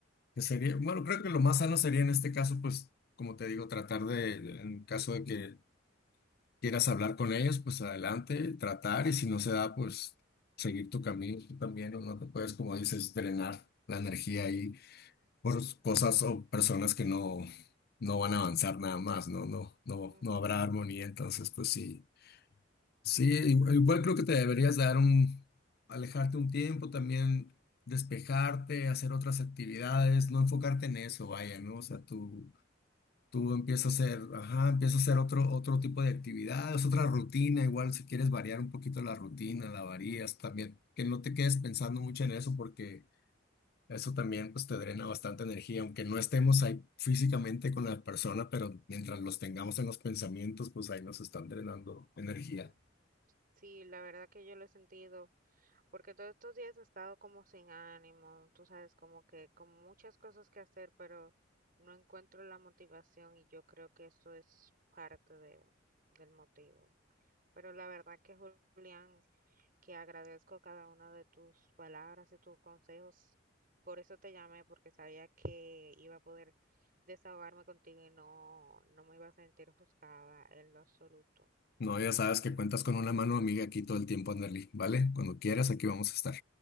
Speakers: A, on the left (about 55°); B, on the right (about 50°).
A: que sería, bueno, creo que lo más sano sería en este caso, pues, como te digo, tratar de, de- en caso de que quieras hablar con ellos, pues adelante, tratar, y si no se da, pues seguir tu camino, tú también, ¿no? No te puedes, como dices, drenar la energía ahí por cosas o personas que no, no van a avanzar nada más, ¿no? No, no,
B: Ujú,
A: no habrá armonía, entonces, pues sí. Sí, igual, igual creo que te deberías dar un, alejarte un tiempo, también despejarte, hacer otras actividades, no enfocarte en eso, vaya, ¿no? O sea, tú, tú empiezas
B: menos
A: a hacer,
B: bien.
A: ajá, empiezas a hacer otro, otro tipo de actividades, otra rutina, igual si quieres variar un poquito la rutina, la varías también, que no te quedes pensando mucho en eso porque eso también pues te drena bastante energía, aunque no estemos ahí físicamente con la persona, pero mientras los tengamos en los pensamientos, pues ahí nos están drenando energía.
B: Mm, sí, la verdad que yo lo he sentido, porque todos estos días he estado como sin ánimo, tú sabes, como que con muchas cosas que hacer, pero no encuentro la motivación y yo creo que eso es parte de, del motivo. Pero la verdad que Julián que agradezco cada una de tus palabras y tus consejos. Por eso te llamé, porque sabía que iba a poder desahogarme contigo y no, no me iba a sentir juzgada en lo absoluto.
A: No, ya sabes que cuentas con una mano amiga aquí todo el tiempo, Anderly, ¿vale? Cuando quieras, aquí vamos a estar.